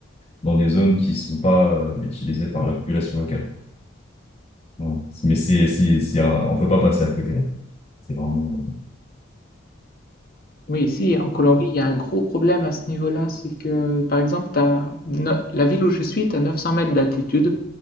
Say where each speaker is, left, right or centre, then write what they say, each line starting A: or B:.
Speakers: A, on the left (about 30°); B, on the left (about 45°).
A: dans des zones qui ne sont pas euh, utilisées par la population locale. Ouais. Mais c'est, c'est, c'est, euh, on peut pas passer à côté. ouais. C'est vraiment...
B: Oui, ici en Colombie, il y a un gros problème à ce niveau-là, c'est que par exemple, t'as no- la ville où je suis, tu as 900 mètres d'altitude,